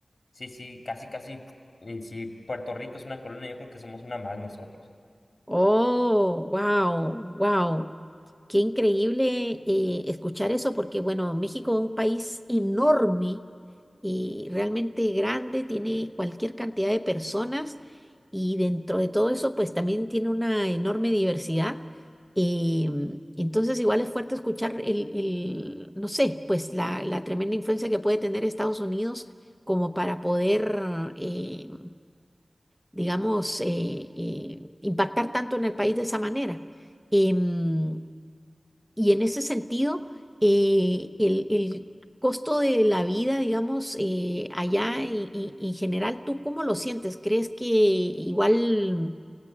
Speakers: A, on the left; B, in the centre.
A: sí, sí, casi, casi, y si Puerto Rico es una colonia, yo creo que somos una más nosotros.
B: oh, wow, wow. Qué increíble eh, escuchar eso porque, bueno, México es un país enorme y realmente grande, tiene cualquier cantidad de personas y dentro de todo eso, pues también tiene una enorme diversidad. Eh, entonces, igual es fuerte escuchar el, el, no sé, pues la, la tremenda influencia que puede tener Estados Unidos como para poder, eh, digamos, eh, eh, impactar tanto en el país de esa manera. Em, y en ese sentido, eh, el, el costo de la vida, digamos, eh, allá y- y- en general, ¿tú cómo lo sientes? ¿Crees que igual